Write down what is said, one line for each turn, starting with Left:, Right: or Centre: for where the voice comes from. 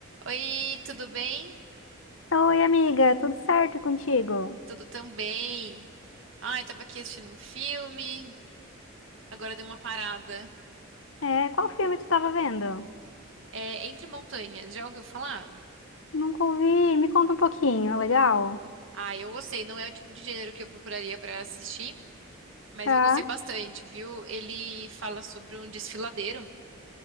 Right: Oi, tudo bem?
Left: Oi, amiga, tudo certo contigo?
Right: Tudo também. Ai, tava aqui assistindo um filme, agora deu uma parada.
Left: É, qual filme tu tava vendo?
Right: É Entre Montanhas, já ouviu falar?
Left: Nunca ouvi, me conta um pouquinho, é legal?
Right: Ah, eu gostei, não é o tipo de gênero que eu procuraria pra assistir, mas
Left: Tá,
Right: eu gostei bastante, viu? Ele fala sobre um desfiladeiro